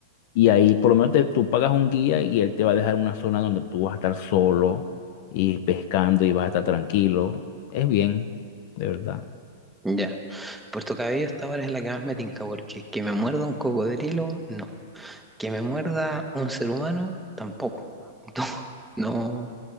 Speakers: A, on the left; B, in the centre.
A: y ahí por lo menos te- tú pagas un guía y él te va a dejar una zona donde tú vas a estar solo y pescando y vas a estar tranquilo. Es bien, de verdad.
B: ya. Puerto Cabello hasta ahora es la que más me tinca, porque que me muerda un cocodrilo, no. Que me muerda un ser humano, tampoco. <laughs> No, no.